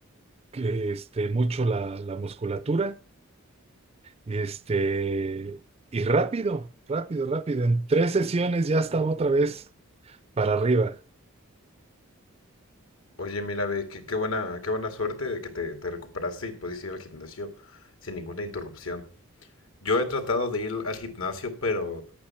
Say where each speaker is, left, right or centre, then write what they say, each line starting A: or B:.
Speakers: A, on the right (about 30°); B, on the left (about 70°).
A: eh, este, mucho la, la musculatura, este, y rápido, rápido, rápido, en tres sesiones ya estaba otra vez para arriba.
B: Oye, mira, ve, qué, qué buena, qué buena suerte de que te, te recuperaste y pudiste ir al gimnasio sin ninguna interrupción. Yo he tratado de ir al gimnasio, pero